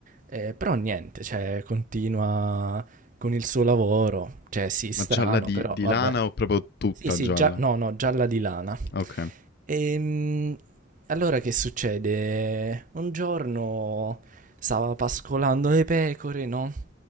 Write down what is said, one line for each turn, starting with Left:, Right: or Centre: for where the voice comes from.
Right: eh, però niente, cioè, continua con il suo lavoro, cioè, sì, strano,
Left: Ma gialla di
Right: però
Left: di
Right: vabbè.
Left: lana o proprio tutta
Right: Sì, sì,
Left: gialla?
Right: gia- no, no, gialla di lana.
Left: Okay.
Right: Ehm, allora che succede? Un giorno stava pascolando le pecore, no?